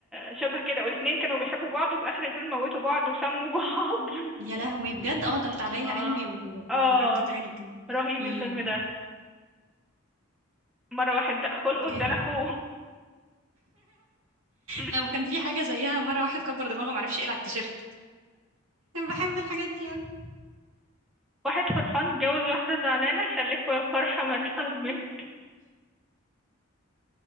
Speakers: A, in the centre; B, on the right.
A: شبه كده والاتنين كانوا بيحبوا بعض وفي اخر الفيلم موتوا بعض وسموا بعض
B: يا لهوي بجد اه ده
A: <laughs>
B: بتاع ليلى
A: اه
B: علوي وحد
A: اه
B: تاني كده
A: رهيب
B: امم
A: الفيلم ده مرة واحد دق خلقه ادالك
B: جامد
A: اخوه <laughs>
B: لا وكان في حاجة زيها مرة واحد كبر دماغه معرفش يقلع التيشيرت أنا بحب الحاجات دي أوي.
A: واحد فرحان اتجوز واحدة زعلانة خلفه يا فرحة ما تأمن